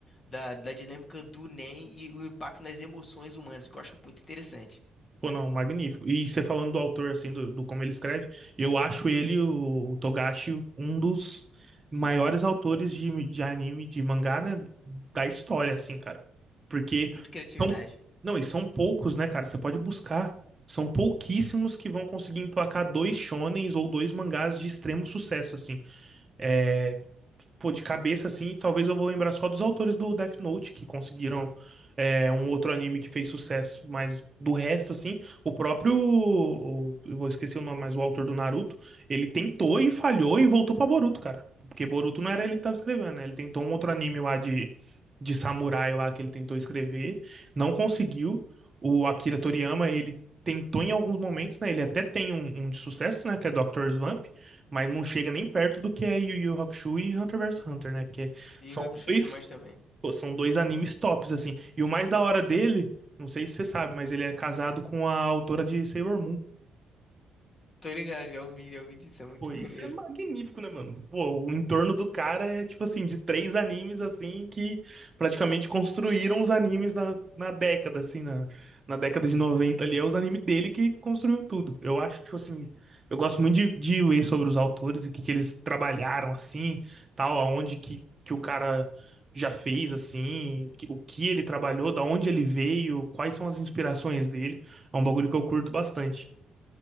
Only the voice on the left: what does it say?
da, da dinâmica do Nen e o impacto nas emoções humanas, que eu acho muito interessante.
Muita criatividade.
E
o Hakusho
é demais também.
Tô ligado, já ouvi, já ouvi disso, é muito
<laughs> maneiro.